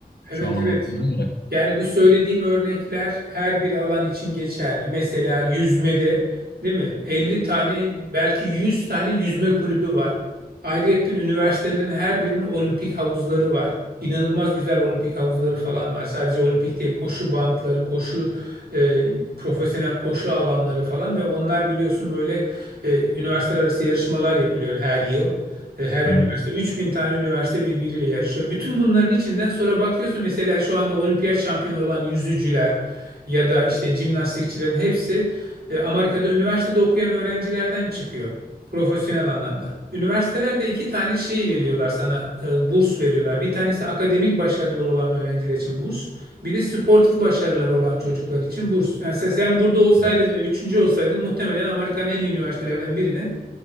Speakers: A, on the right; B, on the left.
A: Evet
B: Şu an
A: evet.
B: anlattığına göre.
A: Yani bu söylediğim örnekler her bir alan için geçerli. Mesela yüzmede, değil mi? 50 tane belki 100 tane yüzme kulübü var. Ayrıyetten üniversitelerin her birinin olimpik havuzları var. İnanılmaz güzel olimpik havuzları falan var. Sadece olimpik değil, koşu bantları, koşu e, profesyonel koşu alanları falan ve onlar biliyorsun böyle e, üniversiteler arası yarışmalar yapılıyor her yıl. E, Her üniversite.
B: Evet,
A: 3000 tane üniversite birbiriyle yarışıyor. Bütün bunların içinden sonra bakıyorsun mesela şu anda olimpiyat şampiyonu olan yüzücüler ya da işte jimnastikçilerin hepsi e, Amerika'da üniversitede okuyan öğrencilerden çıkıyor. Profesyonel anlamda. Üniversitelerde iki tane şey veriyorlar sana, e, burs veriyorlar. Bir tanesi akademik başarılı olan öğrenciler için burs. Bir de sportif başarıları olan çocuklar için burs. Yani sen, sen burada olsaydın
B: evet.
A: ve üçüncü olsaydın muhtemelen Amerika'nın en iyi üniversitelerden birine